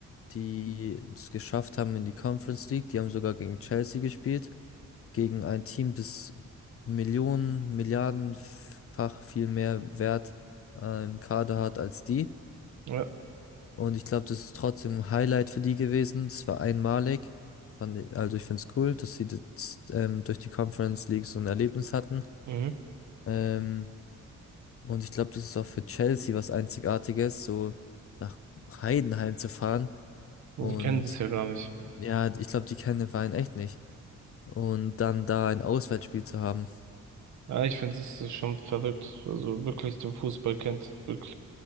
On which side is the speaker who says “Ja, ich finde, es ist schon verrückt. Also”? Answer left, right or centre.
Right